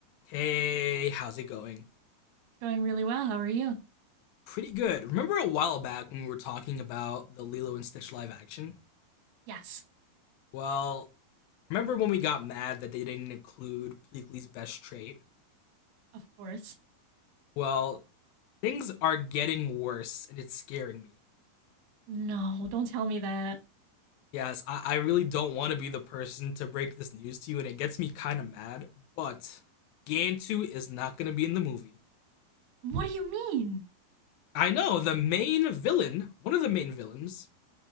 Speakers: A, on the left; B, on the right.
A: Hey, how's it going?
B: It's Going really well. How are you?
A: Pretty good. Remember a while back when we were talking about the Lilo and Stitch live action?
B: Yes.
A: Well, remember when we got mad that they didn't include Pleakley's best trait?
B: Of course.
A: Well, things are getting worse and it's scaring me.
B: No, don't tell me that.
A: Yes, I, I really don't want to be the person to break this news to you and it gets me kind of mad, but Gantu is not going to be in the movie.
B: What do you mean?
A: I know, the main villain, one of the main villains,